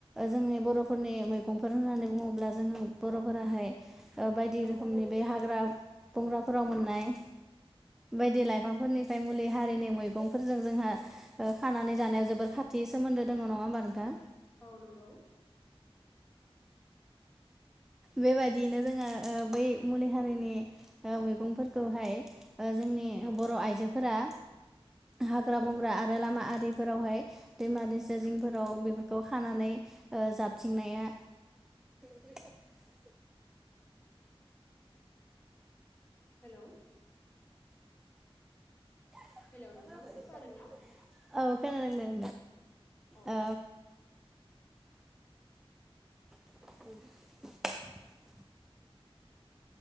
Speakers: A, in the centre; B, on the left.
A: जोंनि बर'फोरनि मैगंफोर होननानै बुङोब्ला जोङो बर'फोराहाय बायदि
B: औ
A: रोखोमनि बे हाग्रा बंग्राफोराव मोननाय बायदि लाइफांफोरनिफ्राय मुलि हारिनि मैगंफोरजों जोंहा खानानै जानायाव जोबोर खा थि सोमोन्दो दङ नङा होमबा नोंथां
B: औ नंगौ
A: बेबायदियैनो जोङो बै मुलि हारिनि मैगंफोरखौहाय जोंनि
B: औ
A: बर' आइजोफोरा हाग्रा बंग्रा आरो लामा आरिफोरावहाय दैमा दैसा जिंफोराव बेफोरखौ खानानै जाबथिंनाया <inaudible>
B: हेलौ
A: <inaudible>
B: हेलौ नोंथां खोनादों ना?
A: औ खोनादों
B: औ
A: ओ
B: औ
A: <inaudible>